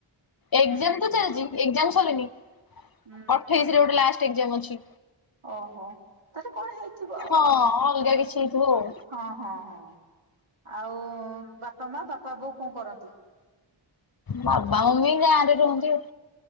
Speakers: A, on the left (about 45°); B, on the right (about 80°).
A: ଏକ୍ସାମ୍
B: ହୁଁ
A: ତ ଚାଲିଛି ଏକ୍ସାମ୍। <unintelligible>
B: ହୁଁ
A: ଅଠେଇଶି
B: ହୁଁ
A: ରେ ଗୋଟେ ଲାଷ୍ଟ୍ ଏକ୍ସାମ୍ ଅଛି।
B: ଓହୋ ତାହେଲେ କଣ ହେଇଥିବ ଆଉ।
A: ହଁ ଅଲଗା କିଛି ହେଇଥିବ ଆଉ
B: ହଁ ହଁ ହଁ ଆଉ ବାପା ମା ବାପା ବୋଉ କଣ କରନ୍ତି?
A: ବାବା ମମି ଗାଁରେ ରୁହନ୍ତି ଆଉ।